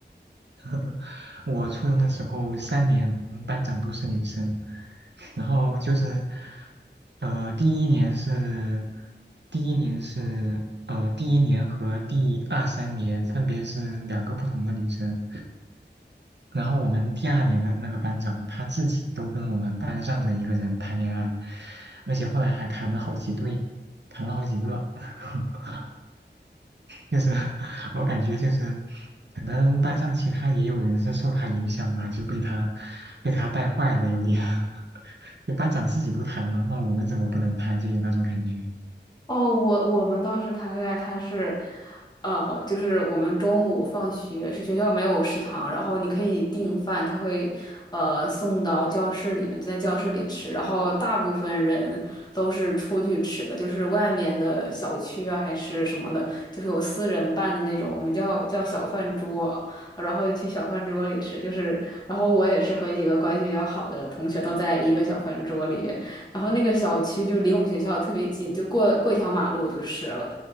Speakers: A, on the right; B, on the left.
A: <laughs> 我初中的时候三年班长都是女生，然后就是，呃，第一年是，第一年是，呃，第一年和第二三年分别是两个不同的女生，然后我们第二年的那个班长他自己都跟我们班上的一个人谈恋爱，而且后来还谈了好几对，谈了好几个。<laughs> 就是 <laughs> 我感觉就是可能班上其他也有人是受他影响吧，就被他被他带坏的有点，<laughs> 就班长自己都谈了，那我们怎么不能谈？就有那种感觉。
B: 哦，我我们当时谈恋爱，他是，呃，就是我们中午放学是学校没有食堂，然后你可以订饭，他会呃送到教室里面，就在教室里吃。然后大部分人都是出去吃的，就是外面的小区啊，还是什么的，就是有私人办的那种，我们叫叫小饭桌，然后就去小饭桌里吃。就是，然后我也是和几个关系比较好的同学都在一个小饭桌里面。然后那个小区就离我们学校特别近，就过过一条马路就是了。